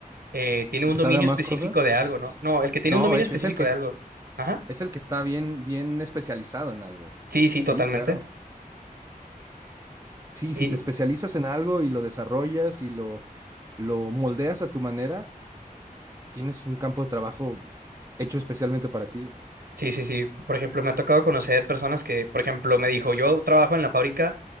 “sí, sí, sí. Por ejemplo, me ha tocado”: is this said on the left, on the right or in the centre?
Right